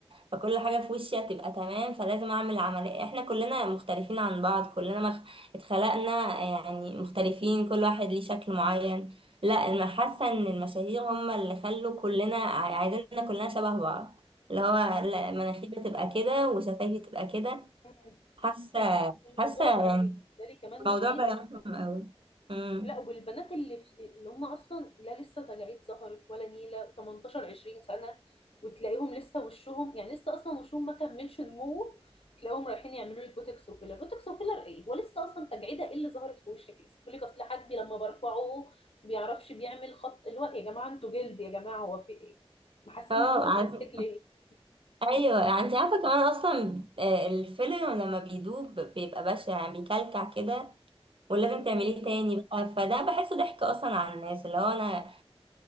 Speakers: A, on the right; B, on the left.
A: فكل حاجه في وشي هتبقى تمام فلازم اعمل عمليه احنا كلنا مختلفين عن بعض كلنا مخ... اتخلقنا يعني مختلفين كل واحد ليه شكل معين لا انا حاسه ان المشاهير هم اللي خلوا كلنا عايزيننا كلنا شبه بعض اللي هو لا مناخيري تبقى كده وشفايفي تبقى كده
B: مم.
A: حاسه
B: الموضوع
A: حاسه
B: بقى
A: يعني
B: بالنسبه لي كمان مخيف
A: الموضوع بقى رخم قوي امم
B: لا والبنات اللي في اللي هم اصلا لا لسه تجاعيد ظهرت ولا نيله 18 20 سنه وتلاقيهم لسه وشهم يعني لسه اصلا وشهم ما كملش نموه تلاقيهم رايحين يعملوا لك بوتوكس وفيلر بوتوكس وفيلر ايه ولسه اصلا تجعيده ايه اللي ظهرت في وشك لسه يقول لك اصل حاجبي لما برفعه بيعرفش بيعمل خط اللي هو إيه يا جماعه انتوا جلد يا جماعه هو في ايه محسين
A: اه
B: ان انتوا
A: عارف
B: بلاستيك ليه
A: ايوه انت عارفه كمان اصلا آه، الفيلر لما بيدوب بيبقى بشع يعني بيكلكع كده ولازم تعمليه
B: <laughs>
A: تاني بقى فده بحسه ضحك اصلا على الناس اللي هو انا